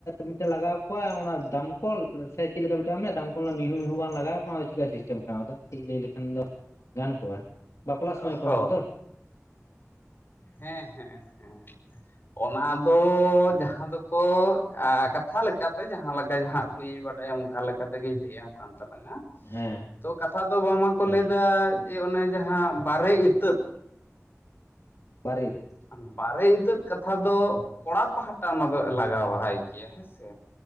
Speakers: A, on the left; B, on the left.
A: ᱢᱤᱫᱴᱮᱱ ᱞᱟᱜᱟᱣ ᱠᱚᱣᱟ ᱚᱱᱟ ᱫᱟᱢᱠᱚᱞ ᱥᱮ ᱪᱮᱫ ᱞᱮᱠᱟ ᱢᱤᱫᱴᱟᱝ ᱢᱮ ᱫᱟᱢᱠᱚᱞ ᱨᱮᱱᱟᱜ ᱢᱤᱦᱩ ᱢᱤᱦᱩ ᱵᱟᱝ ᱞᱟᱜᱟᱣ ᱱᱚᱣᱟᱫᱚ ᱪᱮᱠᱟ ᱥᱤᱥᱴᱮᱢ ᱠᱟᱱᱟᱫᱚ ᱠᱟᱹᱴᱤᱡ ᱞᱟᱹᱭ ᱞᱮᱠᱷᱟᱱ ᱫᱚ ᱜᱟᱱ ᱠᱚᱜᱼᱟ, ᱵᱟᱯᱞᱟ ᱥᱩᱢᱚᱭ
B: ᱚᱦᱚ
A: ᱠᱚ ᱮᱢᱟ ᱠᱚᱫᱚ
B: ᱦᱮᱸ ᱦᱮᱸ ᱦᱮᱸ᱾ ᱚᱱᱟ ᱫᱚ ᱡᱟᱦᱟᱸ ᱫᱚᱠᱚ ᱟ ᱠᱟᱛᱷᱟ ᱞᱮᱠᱟᱛᱮ ᱡᱟᱦᱟᱸ ᱞᱮᱠᱟ ᱡᱟᱦᱟᱸ ᱩᱰᱩᱠᱤᱧ ᱵᱟᱰᱟᱭᱟ ᱚᱝ ᱠᱟ ᱞᱮᱠᱟ ᱛᱮᱜᱤᱧ ᱞᱟᱹᱭ ᱟᱢ ᱠᱟᱱ ᱛᱞᱟᱝᱼᱟ
A: ᱦᱮᱸ᱾
B: ᱛᱚ ᱠᱟᱛᱷᱟ ᱫᱚ ᱵᱟᱝᱢᱟᱠᱚ
A: ᱦᱮᱸ
B: ᱞᱟᱹᱭᱫᱟ ᱡᱮ ᱚᱱᱮ ᱡᱟᱦᱟᱸ ᱵᱟᱨᱮ ᱤᱛᱟᱹᱫ
A: ᱵᱟᱨᱮ ᱤᱛᱟᱹᱫ?
B: ᱦᱟᱸᱱᱮ ᱵᱟᱨᱮ ᱤᱛᱟᱹᱫ ᱠᱟᱛᱷᱟ ᱫᱚ ᱠᱚᱲᱟ ᱯᱟᱦᱴᱟ ᱚᱱᱟ ᱫᱚ ᱞᱟᱜᱟᱣᱟᱭ ᱜᱮᱭᱟ ᱦᱮᱸᱥᱮ᱾